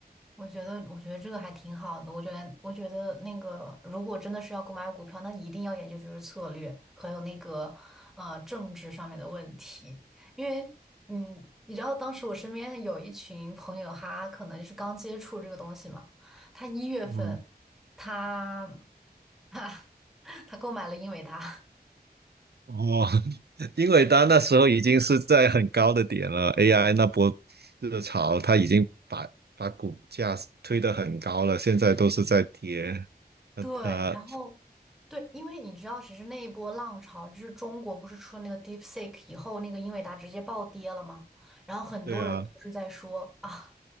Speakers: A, in the centre; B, on the right.
A: 我觉得，我觉得这个还挺好的。我觉得，我觉得那个，如果真的是要购买股票，那一定要研究就是策略，还有那个呃政治上面的问题。因为，嗯，你知道当时我身边有一群朋友，他可能就是刚接触这个东西嘛。他一月份，
B: 嗯，
A: 他 <laughs> 他购买了英伟达，
B: 哦，<laughs> 因为它那时候已经是在很高的点了，AI 那波热潮，它已经把把股价推得很高了，现在都是在跌。那它，
A: 对，然后对，因为你知道，其实那一波浪潮，就是中国不是出了那个 DeepSeek 以后，那个英伟达直接暴跌了嘛，然后很多人都是在说啊，
B: 对啊，